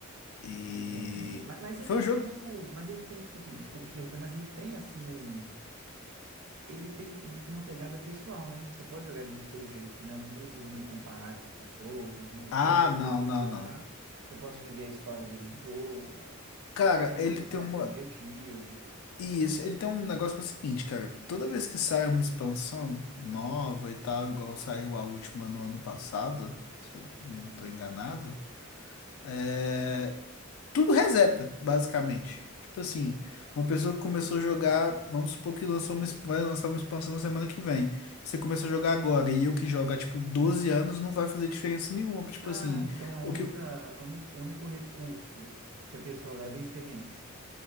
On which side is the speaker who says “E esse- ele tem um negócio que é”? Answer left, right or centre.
Left